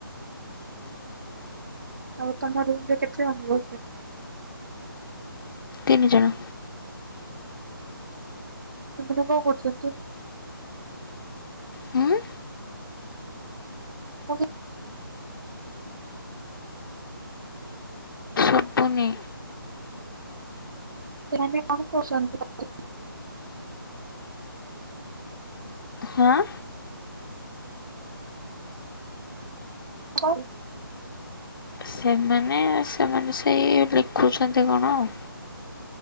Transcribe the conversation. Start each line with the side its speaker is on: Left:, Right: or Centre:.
Right: ଆଉ ତମ ରୁମ ରେ କେତେ ଜଣ ରହୁଛନ୍ତି?
Left: ତିନି ଜଣ।
Right: ସେମାନେ କଣ କରୁଚନ୍ତି?
Left: ହୁଁ
Right: <unintelligible>
Left: ସୁବୁନି।
Right: ସେମାନେ କଣ କରୁଛନ୍ତି <unintelligible>
Left: ହାଁ।
Right: <unintelligible>
Left: ସେମାନେ ସେମାନେ ସେଇ ଲେଖୁଛନ୍ତି କଣ ଆଉ।